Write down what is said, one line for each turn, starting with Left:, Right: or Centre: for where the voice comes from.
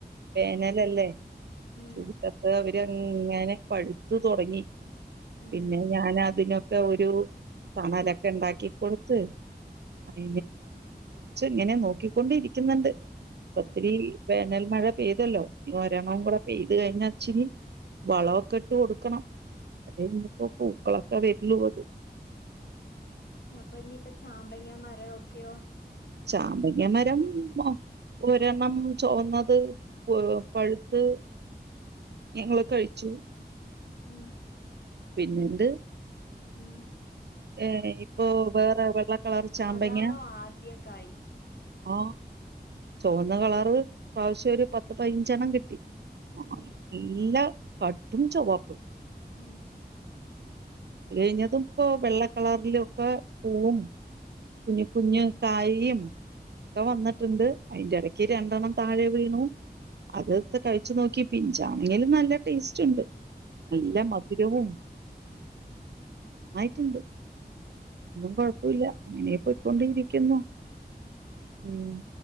Right: വേനലല്ലേ
Left: ഉം
Right: ചൂടത്ത് ഇതങ്ങനെ പഴുത്തു തുടങ്ങി
Left: ഉം
Right: പിന്നെ ഞാൻ അതിനൊക്കെ ഒരു തണല ഇണ്ടാക്കി കൊടുത്ത് <unintelligible> <unintelligible>
Left: ഉം
Right: ഇങ്ങനെ നോക്കിക്കൊണ്ട് ഇരിക്കുന്നുണ്ട്
Left: ഉം
Right: ഒത്തിരി വേനൽ മഴ പൊയ്തല്ലോ ഇനി ഒരണ്ണം കുട പൊയത് കഴിഞ്ഞ ഇച്ചിരി വളൊക്ക ഇട്ട് കൊടു കണം <unintelligible> പൂക്കളൊക്കെ വരുള്ളൂ അത്
Left: അപനിപ്പ ചാമ്പങ്ങ മാരോക്കെയോ
Right: ചാമ്പങ്ങ മരം ഒ ഒരണ്ണം- ചൊവന്നത് പഴുത്ത് ഞങ്ങള് കഴിച്ചു-
Left: ഉം-
Right: പിന്നെന്ത്?
Left: ഉം-
Right: ഏ ഇപ്പൊ വേറെ വെള്ള കളർ ചാമ്പങ്ങ
Left: അതാണോ ആദ്യം- കായി-
Right: ആ ചൊവന്ന കളറ് ഇപ്രാവശ്യം ഒരു പത്ത് പതിനഞ്ചെണ്ണം കിട്ടി- ആ
Left: ഉം
Right: ഇല്ലാ- കടും ചൊവ്പ്പ്-
Left: ഉം-
Right: കഴിഞ്ഞതുപ്പോ വെള്ള കളറിലൊക്കെ പൂവും കുഞ്ഞ് കുഞ്ഞ് കായിയും ഒക്കെ വന്നിട്ടുണ്ട് അതിന്റെ ഇടക്ക് രണ്ടെണ്ണം താഴെ വീണു അത്ട്ത്ത് കഴിച്ചു നോക്കി പിഞ്ചാണെങ്കിലും നല്ല ടേസ്റ്റ് ഇണ്ട്- നല്ല
Left: ഉം
Right: മധുരവും- ആയിട്ട്ണ്ട് ഒന്നും കൊഴപ്പല്ല ഇങ്ങനെയ പോയിക്കൊണ്ടിരിക്കുന്നു ഉം